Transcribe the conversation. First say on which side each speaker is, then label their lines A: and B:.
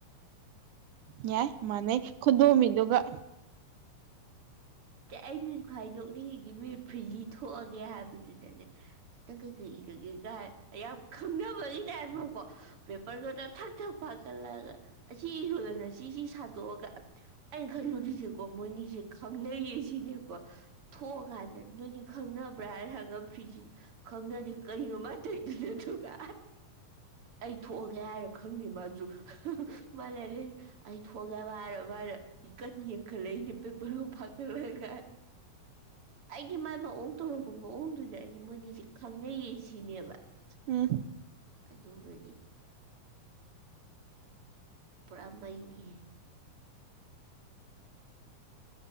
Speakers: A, on the right; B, on the right.
A: ꯌꯥꯏ ꯃꯥꯅꯦꯩ ꯈꯨꯗꯣꯃꯤꯗꯨꯒ
B: ꯑꯩꯅꯤ ꯈ ꯅꯣꯛꯅꯤꯡꯉꯤꯗꯤ ꯃꯤ ꯐ꯭ꯔꯤꯖꯤ ꯊꯣꯛꯑꯒꯦ ꯍꯥꯏꯕꯗꯨꯗꯅꯦ ꯈꯤꯇꯪ ꯏꯔꯒꯦ ꯀꯥꯏ ꯑꯩ ꯌꯥꯝ ꯈꯪꯅꯕꯒꯤꯅꯦ ꯍꯥꯏꯕꯀꯣ ꯄꯦꯄꯔ ꯈꯛꯇ ꯊꯛ ꯊꯛ ꯈꯜꯂꯛꯑꯒ ꯑꯁꯤ ꯏꯔꯣꯏꯗꯅ ꯁꯤꯁꯤ ꯁꯥꯠꯇꯣꯛꯑꯒ ꯑꯩꯅ ꯈꯜꯂꯨꯔꯤꯁꯦ ꯀꯣ ꯃꯣꯏꯅꯤꯁꯦ ꯈꯪꯅꯩꯌꯦ ꯁꯤꯅꯦꯀꯣ ꯊꯣꯛꯑꯀꯥꯟꯗ ꯅꯣꯏꯅꯤ ꯈꯪꯅꯕ꯭ꯔꯥ ꯍꯥꯏꯅ ꯈꯪꯉꯝ ꯐ꯭ꯔꯤꯁꯤꯅ ꯈꯪꯅꯁꯤ ꯀꯔꯤꯅꯣꯃꯥꯏ ꯇꯧꯗꯣꯏꯅꯠꯇ
A: <unintelligible>
B: ꯑꯩ ꯊꯣꯛꯑꯒꯦ ꯍꯥꯏꯔꯣ ꯈꯪꯗꯦ ꯃꯥꯁꯨ ꯃꯥ ꯂꯩꯅꯦ ꯑꯩ ꯊꯣꯛꯑꯒꯦꯕ ꯍꯥꯏꯔꯣ ꯃꯥꯅ ꯏ ꯀꯅꯤ ꯌꯦ ꯄꯥꯈꯠꯂꯛ ꯑꯩꯅ ꯄꯦꯄꯔꯒ ꯐꯥꯒꯠꯂꯒ ꯑꯩꯒꯤ ꯃꯥꯥꯏ ꯃ ꯑꯣꯡ ꯇꯧꯣꯔꯛꯄ ꯑꯄ ꯃꯑꯣꯡꯗꯨꯗ ꯑꯩꯗꯤ ꯃꯣꯏꯅꯤꯁꯦ ꯈꯪꯅꯩꯌꯦ ꯁꯤꯅꯦꯕ
A: ꯎꯝ
B: ꯑꯗꯨꯒꯗꯤ ꯄꯨꯔꯥ ꯃꯅꯤ